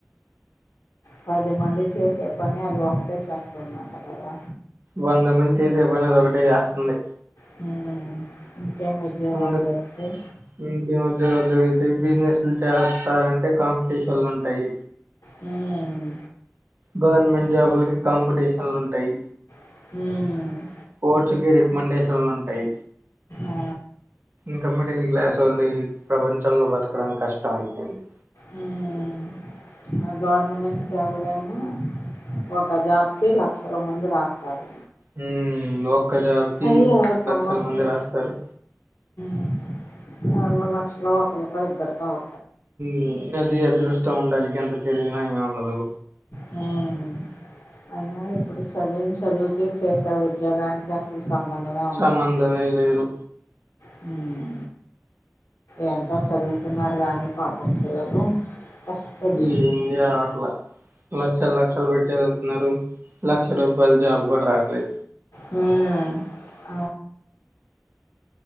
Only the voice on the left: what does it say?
పదిమంది చేసే పని అది ఒకటే చేస్త ఉందంట కదా
హ్మ్ ఏం ఉద్యోగాలు
దొరుకుతాయ్
హ్మ్
హ్మ్
ఆ.
మ్మ్. గవర్నమెంట్ జాబులయినా ఒక జాబ్కి లక్షల మంది రాస్తారు.
అయి ఎవరికో
వస్తాయి
<unintelligible> లక్షలో ఒకళోకో ఇద్దరుకో వ
హ్మ్ అయినా ఇప్పుడు చదివిన చదువుకి చేసే ఉద్యోగానికి అసలు సంబంధమే ఉండట్లేదు.
హ్మ్ ఏంటో చదువుతున్నారు కానీ పాపం పిల్లలు కష్టపడి
మ్మ్